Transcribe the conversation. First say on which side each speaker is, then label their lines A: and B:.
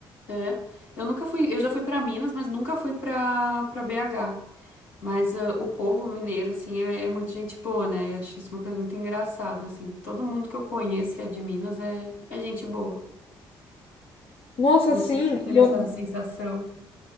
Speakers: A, on the left (about 85°); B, on the left (about 55°).
A: É. Eu nunca fui, eu já fui pra Minas, mas nunca fui pra para BH. Mas ah, o povo mineiro, assim, é, é muito gente boa, né? Eu acho isso uma coisa muito engraçada, assim. Todo mundo que eu conheço que é de Minas é, é gente boa.
B: Nossa,
A: Não
B: assim,
A: sei se teve
B: e eu,
A: essa sensação.